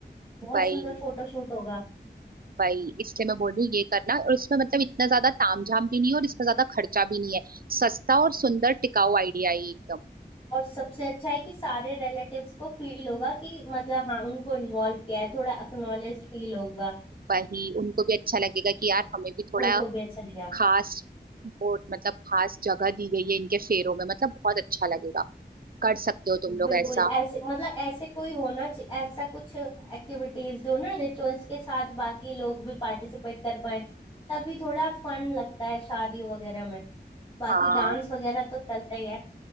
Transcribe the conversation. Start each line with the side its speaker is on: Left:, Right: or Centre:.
Left: बहुत
Right: भाई
Left: सुंदर फोटोशूट होगा
Right: भाई इसलिए मैं बोल रही हूँ ये करना और इसमें मतलब इतना ज्यादा तामझाम भी नहीं है और इसमें ज्यादा खर्चा भी नहीं है सस्ता और सुंदर टिकाऊ आइडिया है ये एकदम
Left: और सबसे अच्छा है कि सारे रिलेटिव्स को फील होगा कि मतलब हाँ उनको इन्वॉल्व किया है थोड़ा अक्नॉलेज फील होगा
Right: वही उनको भी अच्छा लगेगा कि यार हमें भी थोड़ा
Left: उनको भी अच्छा लगेगा
Right: खास बोर्ड मतलब खास जगह दी गई है इनके फेरों में मतलब बहुत अच्छा लगेगा कर सकते हो तुम
Left: बिल्कुल
Right: लोग ऐसा
Left: ऐसे मतलब ऐसे कोई होना चाहिए ऐसा कुछ एक्टिविटीज जो ना रिचुअल्स के साथ बाकी लोग भी पार्टिसिपेट कर पाए तभी थोड़ा फन लगता है शादी वगैरह में बाकी
Right: हाँ
Left: डांस वगैरह तो चलता ही है